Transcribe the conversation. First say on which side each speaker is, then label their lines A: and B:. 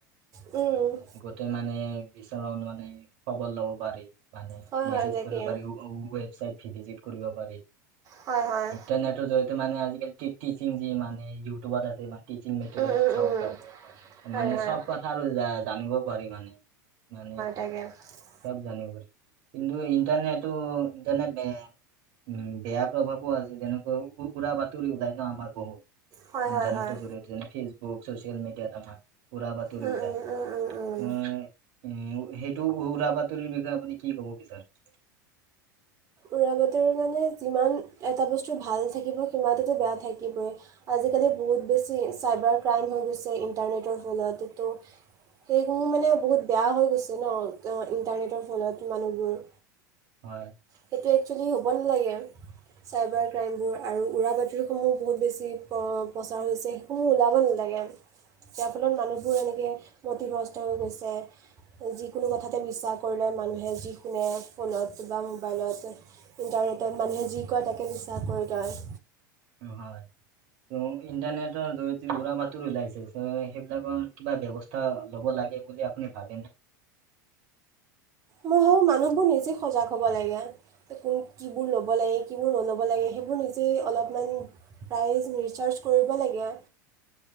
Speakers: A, on the right (about 35°); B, on the right (about 50°).
A: উম,
B: কে মানে বিচৰা অনুমানে খবৰ ল'ব পাৰি মানে
A: হয়
B: মেছেজ
A: হয় তাকে
B: কৰিব পাৰি <unintelligible> ৱেবচাইট ভি - ভিজিট কৰিব পাৰি
A: হয় হয়
B: ইণ্টাৰনেটৰ জৰি ত' মানে আজিকাল টি -টিচিং যি মানে ইউটিউবত আছে মানে টিচিং মেটেৰিয়েলচো
A: উম উম
B: চাব
A: উম
B: পাৰি।
A: হয়
B: মানে
A: হয়
B: চব কথা আৰু জানিবও পাৰি মানে মানে
A: <unintelligible>
B: চব জানিব পাৰি কিন্তু ইণ্টাৰনেটো-ইণ্টাৰনেট উম, বেয়া প্ৰভাৱো আছে যেনেকৈ ওঁ উৰা বাতৰি ওলাই ন' আমাৰ বহু
A: হয়
B: ইণ্টাৰনেটৰ
A: হয় হয়
B: জৰিয়তে যেনে ফেচবুক চচিয়েল মিডিয়াত আমাৰ উৰা বাতৰি
A: উম
B: ওলাই
A: উম
B: উ
A: উম উম উম
B: উম, সেইটো উ-উৰা বাতৰি বিষয়ে আপুনি কি কব বিচাৰে?
A: উৰা বাতৰি মানে যিমান এটা বস্তু ভাল থাকিব সিমানতেতো বেয়া থাকিবয়ে আজিকালি বহুত বেছি চাইবাৰ ক্ৰাইম হৈ গৈছে ইণ্টাৰনেটৰ ফলতেতো সেইসমূহ মানে বহুত বেয়া হৈ গৈছে ন' ইণ্টাৰনেটৰ ফলত মানুহবোৰ।
B: হয়।
A: সেইটো এক্সচুৱেলি হ'ব নালাগে। চাইবাৰ ক্ৰাইমবোৰ আৰু উৰা বাতৰিসমূহ বহুত বেছি প্ৰ-প্ৰচাৰ হৈছে সেইসমূহ ওলাব নালাগে।
B: <inaudible>
A: যাৰ ফলত মানুহবোৰ এনেকে মতিভ্ৰস্ত হৈ গৈছে। যিকোনো কথাতে বিশ্বাস কৰি লয় মানুহে যি শুনে ফোনত বা মোবাইলতেহ ইণ্টাৰনেটত মানুহে যি কয় তাকে বিশ্বাস কৰি লয়।
B: <unintelligible> হয়। ত' ইন্টাৰনেটৰ জৰিয়তে উৰা বাতৰি ওলাইছে চ' সেইবিলাকৰ কিবা ব্যৱস তা ল'ব লাগে বুলি আপুনি ভাবেনে?
A: মই ভাবো মানুহবোৰ নিজে সজাগ হ'ব লাগে <unintelligible> কিবোৰ ল'ব লাগে কিবোৰ নল'ব লাগে সেইবোৰ নিজেই অলপমান প্ৰাইজ নিচাৰ্জ কৰিব লাগে।